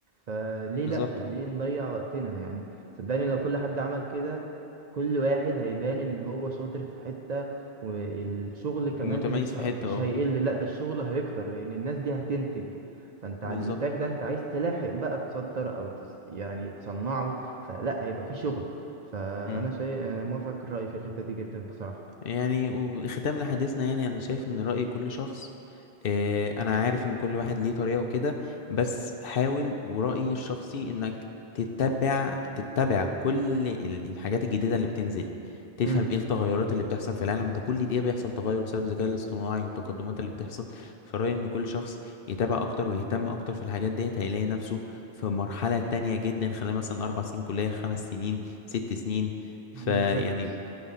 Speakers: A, on the right; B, on the left.
A: فليه
B: بالظبط
A: لأ ليه نضيع وقتنا يعني صدقني لو كل حد عمل كده كل واحد هيبان إن هو شاطر في حتة والشغل كمان
B: ومتميز
A: مش
B: في
A: ه...
B: حته
A: مش
B: اه
A: هيقل لأ ده الشغل هيكتر لأن الناس دي هتنتج فانت
B: بالظبط
A: على الانتاج ده انت عايز تلاحق بقى تصدر او تس... يعني تصنعه فلا هيبقى في شغل فأنا
B: مم.
A: شيء أنا موافقك الرأي في الحتة دي جدا بصراحة
B: يعني وختام لحديثنا يعني انا شايف ان رأي كل شخص آه، انا عارف ان كل واحد ليه طريقة وكده بس حاول ورأيي الشخصي انك تتبع تتبع كل ال- الحاجات الجديدة اللي بتنزل تفهم
A: امم
B: ايه التغيرات اللي بتحصل في العالم انت كل دقيقة بيحصل تغير بسبب الذكاء الاصطناعي والتقدمات اللي بتحصل فرأيي ان كل شخص يتابع اكتر ويهتم اكتر في الحاجات ديت هيلاقي نفسه في مرحلة تانية جدا خلال مثلا اربع سنين كلية خمس سنين ست سنين
A: بالظبط
B: فيعني